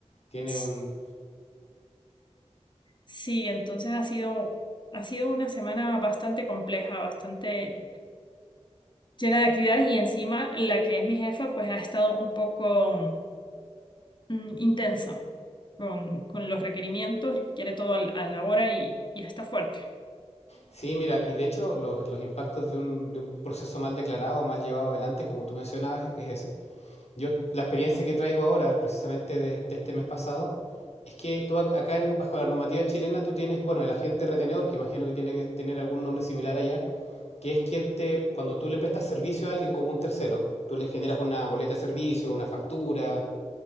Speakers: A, on the left; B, on the left.
A: Tiene
B: s-
A: un...
B: sí, entonces ha sido, ha sido una semana bastante compleja, bastante llena de actividades y encima la que es mi jefa pues ha estado un poco mm, intensa con, con los requerimientos, quiere todo al- a la hora y, y está fuerte.
A: Sí, mira, y de hecho los, los impactos de un, de un proceso mal declarado o mal llevado adelante, como tú mencionabas, es ese. Yo, la experiencia que traigo ahora, precisamente de, de este mes pasado, es que tú acá, en- bajo la normativa chilena, tú tienes, bueno, el agente retenedor, que imagino que tiene que tener algún nombre similar allá, que es quien te, cuando tú le prestas servicio a alguien como un tercero, tú le generas una boleta de servicio, una factura,